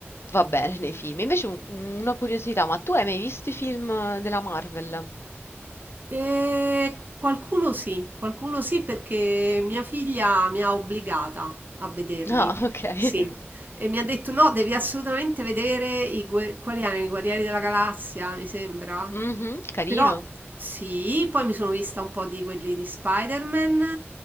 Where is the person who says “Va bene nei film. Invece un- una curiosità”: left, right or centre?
Left